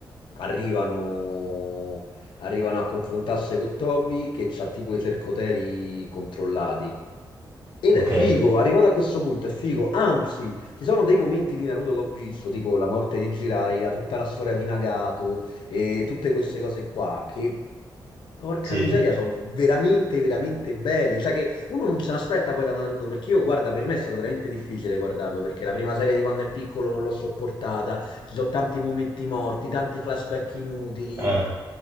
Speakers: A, on the left; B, on the right.
A: arrivano, arrivano a confrontarsi con Toby che c'ha tipo i sercoteri controllati. Ed
B: Ok,
A: è figo, arrivato a questo punto è figo, anzi, ci sono dei momenti di Naruto che ho visto, tipo la morte di Jiraiya, tutta la storia di Nagato e tutte queste cose qua, che porca
B: sì,
A: miseria, sono veramente, veramente belli. Cioè che uno non se l'aspetta poi da Naruto, perché io, guarda, per me è stato veramente difficile guardarlo, perché la prima serie di quando è piccolo non l'ho sopportata, ci sono tanti momenti morti, tanti flashback inutili,
B: eh,